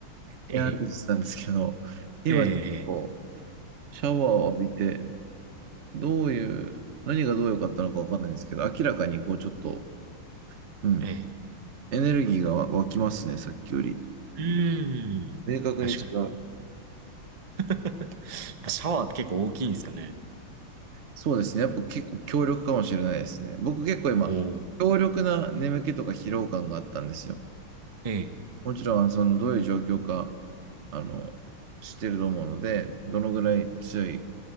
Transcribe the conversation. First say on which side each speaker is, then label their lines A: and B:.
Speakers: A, on the right (about 65°); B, on the right (about 50°).
A: ええ、
B: いやーってしてたんですけど、今ちょっと
A: ええ、
B: シャワーを浴びて、どういう、何がどう良かったのかわかんないんですけど、明らかにこうちょっと、うん、
A: ええ。
B: エネルギーが湧きますね、さっきより。
A: うーん。
B: 明確に違う。
A: 確かに。<laughs> やっぱシャワーって結構大きいんですかね。
B: そうですね。やっぱ結構強力かもしれないですね。僕結構今、
A: おお。
B: 強力な眠気とか疲労感があったんですよ。
A: ええ、
B: もちろん、その、どういう状況か、あの、知ってると思うので、どのぐらい強い